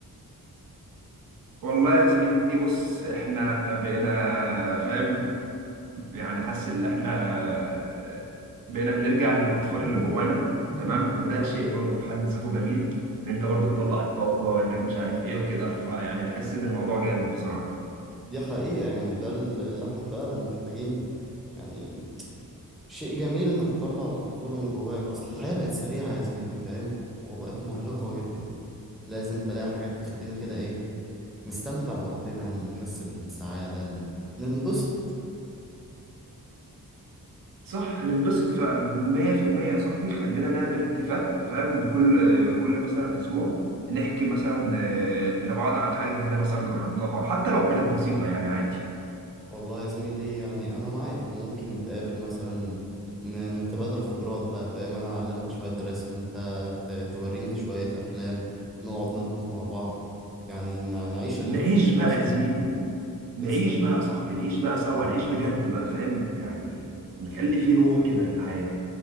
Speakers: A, on the right; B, in the centre.
A: والله يا زميلي بص إحنا بقينا فاهم يعني حاسس إن إحنا آه، بقينا بنرجع للأطفال
B: <laughs>
A: اللي جوانا تمام وده شيء برضو في حد ذاته جميل إن أنت برضو تطلع الطاقة إنك مش عارف إيه وكده فيعني بحس إن الموضوع جامد بصراحة
B: دي حقيقة يعني ده ال- اللي احنا فعلا محتاجينه يعني شيء جميل انك تطلع الطفولة من جواك اصل الحياة بقت سريعة يا زميلي فاهم وبقت مرهقة جدا لازم تلاقي حاجات تخلينا كده ايه نستمتع بوقتنا نحس بالسعادة ن- ننبسط
A: صح ننبسط فعلا 100% يا صاحبي خلينا نعمل اتفاق فاهم كل كل مثلا اسبوع نحكي مثلا آه، لبعض عن حاجه جديده مثلا جربناها حتى لو كانت بسيطه يعني عادي
B: والله يا زميلي يعني أنا معاك وممكن نتقابل مثلا ن- نتبادل خبرات بقى فاهم أنا أعلمك شوية رسم أنت ت- توريني شوية أفلام نقعد نطبخ مع بعض يعني نع- نعيش التجربة
A: نعيش بقى
B: دي سوا
A: يا زميلي
B: بالظبط
A: نعيش بقى يا صاحبي نعيش بقى سوا نعيش بجد بقى فاهم يعني نخلي فيه روح كده للحياه